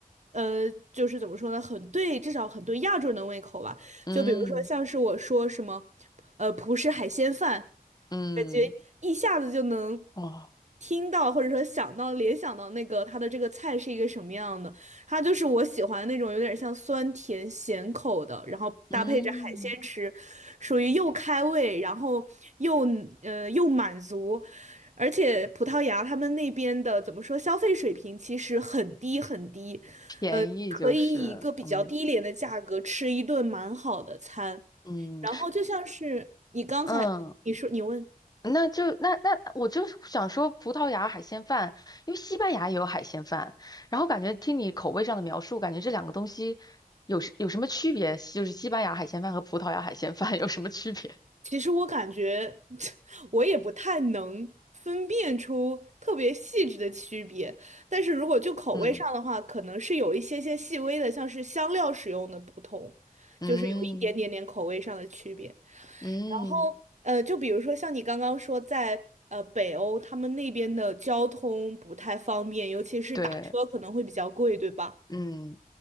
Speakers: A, on the right; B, on the left.
A: 呃，就是怎么说呢，很对，至少很对亚洲人的胃口吧。
B: 嗯
A: 就比如说像是我说什么，呃，葡式海鲜饭。
B: 嗯，
A: 感觉一下子就能
B: 哦，
A: 听到，或者说想到、联想到那个它的这个菜是一个什么样的。它就是我喜欢那种有点像酸甜咸口的，然后搭配着海鲜吃，
B: 嗯。
A: 属于又开胃，然后又呃又满足，而且葡萄牙他们那边的怎么说，消费水平其实很低很低，
B: 便宜就是，
A: 呃，可以以一个比较低廉的价格吃一顿蛮好的餐，
B: 嗯嗯
A: 然后就像是你刚才你说你问。
B: 嗯，那就那那我就想说葡萄牙海鲜饭，因为西班牙也有海鲜饭，然后感觉听你口味上的描述，感觉这两个东西有什有什么区别？就是西班牙海鲜饭和葡萄牙海鲜饭有什么区别？
A: 其实我感觉 <laughs> 我也不太能分辨出特别细致的区别，但是如果就口味上的话，
B: <laughs> 嗯
A: 可能是有一些些细微的，像是香料使用的不同，
B: 嗯
A: 就是有一点点点口味上的区别。
B: 嗯，
A: 然后呃，就比如说像你刚刚说在。呃，北欧他们那边的交通不太方便，尤其是打车可能会比较贵，
B: 对，
A: 对吧？
B: 嗯